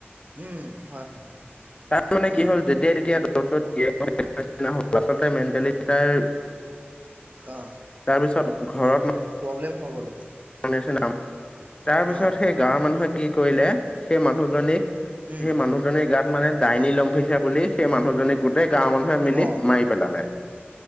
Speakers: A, on the right; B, on the left.
A: উম হয় হয়
B: তাত মানে
A: উম
B: কি হ'ল যেতি যেতিয়াই-তেতিয়াই, আচলতে মেণ্টেলি তাৰ
A: অ
B: তাৰপিছত ঘৰত
A: প্ৰব্লেম হৈ গ'ল।
B: নিচিনা, তাৰপিছত
A: অ
B: সেই গাঁৱৰ মানুহে কি কৰিলে, সেই মানুহজনীক
A: উম
B: সেই মানুহজনীৰ গাত মানে ডাইনী
A: অ
B: লম্ভিছে বুলি, সেই মানুহজনী গোটেই গাঁৱৰ মানে মানুহে মিলি
A: অ
B: মাৰি পেলালে।